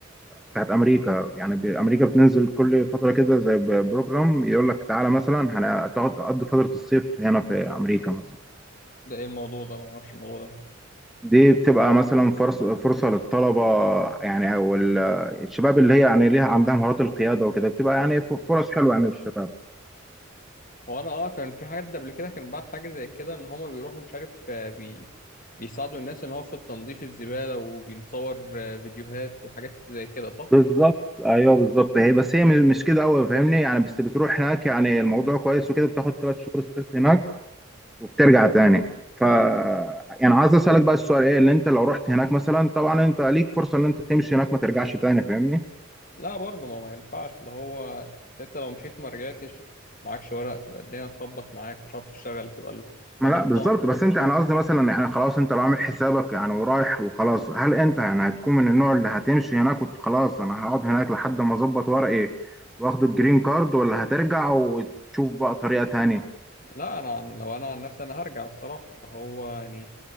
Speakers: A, in the centre; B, on the left.
A: بتاعت أمريكا يعني ب- أمريكا بتنزل كل فترة كده زي ب- بروجرام يقول لك تعالى مثلا هن- هتقعد تقضي فترة الصيف هنا في أمريكا مثلا
B: ده ايه الموضوع ده انا ما اعرفش الموضوع ده
A: دي بتبقى مثلا فرص فرصة للطلبة يعني أو ال- الشباب اللي هي يعني ليها عندها مهارات القيادة وكده بتبقى يعني ف- فرص حلوة يعني للشباب
B: هو انا اه كان في حد قبل كده كان بعت حاجه زي كده ان هما بيروحوا مش عارف آه، بي بيساعدوا الناس ان هو في التنظيف الزباله وبينصور آه، فيديوهات وحاجات زي كده صح
A: بالظبط ايوه بالظبط هي بس هي مش مش كده قوي فاهمني يعني بس بتروح هناك يعني الموضوع كويس وكده بتاخد ثلاث شهور الصيف هناك وبترجع تاني ف
B: امم
A: يعني عايز اسالك بقى السؤال ايه اللي انت لو رحت هناك مثلا طبعا انت ليك فرصه ان انت تمشي هناك ما ترجعش تاني فاهمني
B: لا برضه ما, ما ينفعش اللي هو انت لو مشيت ما رجعتش معكش ورق تبقى الدنيا تخبط معاك مش عارف تشتغل تبقى الموضوع
A: ما لا بالظبط
B: صعب فاهم
A: بس انت يعني قصدي مثلا يعني خلاص انت لو عامل حسابك يعني ورايح وخلاص هل انت يعني هتكون من النوع اللي هتمشي هناك وخلاص انا هقعد هناك لحد ما اظبط ورقي واخد الجرين كارد ولا هترجع وتشوف بقى طريقه تانية
B: لا انا عن لو انا عن نفسي انا هرجع الصراحه اللي هو يعني